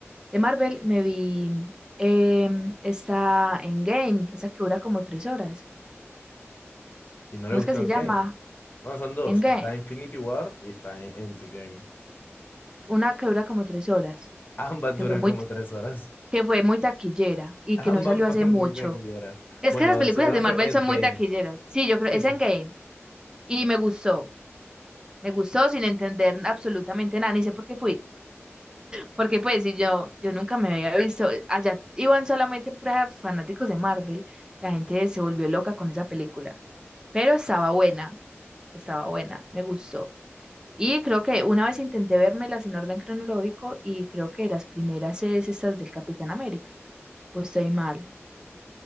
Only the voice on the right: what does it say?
De Marvel me vi em, esa Endgame, esa que dura como tres horas.
¿Cómo
es que se
llama?
Endgame.
Una que dura como tres horas,
que
fue muy,
que fue muy taquillera
y
que no salió
hace mucho.
Es
que esas películas
de
Marvel
son muy taquilleras. Sí, yo creo,
es
Endgame. Y me gustó, me gustó sin entender absolutamente nada, ni sé por qué fui. Porque pues si yo, yo nunca me había visto, eh, allá iban solamente puras fanáticos de Marvel, la gente se volvió loca con esa película, pero estaba buena. Estaba buena, me gustó. Y creo que una vez intenté vermelas en orden cronológico y creo que las primeras es estas del Capitán América. ¿O estoy mal?